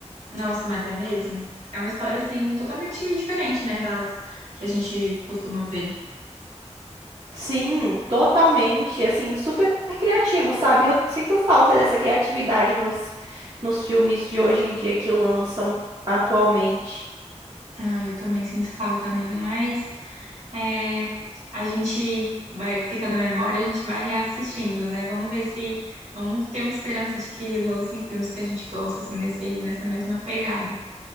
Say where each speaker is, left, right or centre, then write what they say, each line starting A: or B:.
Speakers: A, on the right; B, on the right.
A: Nossa, mas é mesmo? É uma história assim totalmente diferente, né? Das que a gente costuma ver.
B: Sim, totalmente, assim, super criativo, sabe? Eu sinto falta dessa criatividade nos, nos filmes de hoje em dia que lançam atualmente.
A: Ah, eu também sinto falta, amiga, mas É, a gente vai, fica na memória, a gente vai reassistindo, né? Vamos ver se vamos ter uma esperança de que lancem filmes que a gente gosta, assim, nesse, nessa mesma pegada.